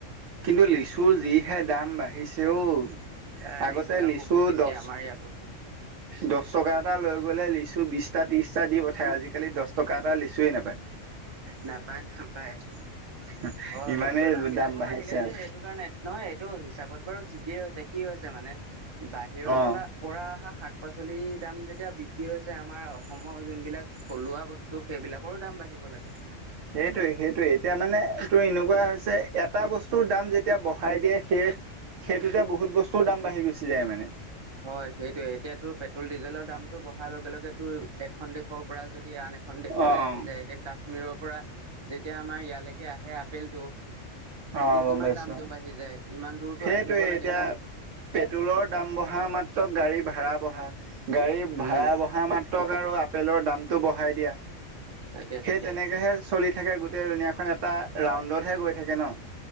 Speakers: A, on the right (about 75°); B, on the right (about 30°).
A: কিন্তু, লিছু যিহে দাম বাঢ়িছে অওঁ।
B: এ
A: আগতে
B: দাম
A: লিচু
B: বহুত বেছি
A: দহ।
B: আমাৰ ইয়াতো
A: দহ টকা এটা লৈ গ'লে লিচু বিশটা, ত্ৰিশটা দি পঠায় আজিকালি দহ টকা এটা লিছুয়ে নাপায়।
B: নাপায়, নাপায়।
A: <unintelligible>
B: হয়
A: ইমানেই
B: বস্তুৰ দাম বিলাকো
A: বাঢ়িছে
B: বাঢ়িলে
A: আৰু
B: যে এইেইটো কাৰণে নহয়। এইটো হিচাপত বাৰু ঠিকেই হৈছে। কি হৈছে মানে বাহিৰৰ
A: অ'
B: পৰা পৰা অহা শাক। শাক পাচলিৰ দাম যেতিয়া বৃদ্ধি হৈছে আমাৰ অসমৰ যোনবিলাক থলুৱা বস্তু সেইবিলাকৰো দাম বাঢ়িব লাগে।
A: সেইটোৱে সেইটোয়ে এতিয়া মানে এইটো এনেকুৱা হৈছে এটা বস্তুৰ দাম যেতিয়া বঢ়াই দিয়ে সেই সেইটোতে বহুত বস্তুৰ দাম বাঢ়ি গুচি যায় মানে।
B: হয় সেইটোয়ে এতিয়া তোৰ পেট্ৰল ডিজেলৰ দামতটো বঢ়াৰ লগে লগে তোৰ এখন দেশৰ পৰা যদি এতিয়া আন এখন দেশলৈ
A: অ'
B: আহি যায় এতিয়া কাশ্মীৰৰ পৰা যেতিয়া আমাৰ ইয়ালৈকে আহে আপেলটো
A: অ'
B: টো,
A: গম
B: কিমান
A: পাইছো
B: দামটো বাঢ়ি যায়। ইমান দূৰতো
A: সেইটোৱে
B: আহিব
A: এতিয়া
B: লাগে ন
A: পেট্ৰলৰ দাম বঢ়া মাত্ৰ গাড়ী ভাড়া বঢ়া। গাড়ী ভাড়া
B: উম
A: বঢ়া মাত্ৰক আৰু আপেলৰ দামটো বঢ়াই দিয়া।
B: তাকে তাকে
A: সেই তেনেকেহে চলি থাকে গোটেই দুুনীয়াখন এটা ৰাউণ্ডতহে গৈ থাকে ন।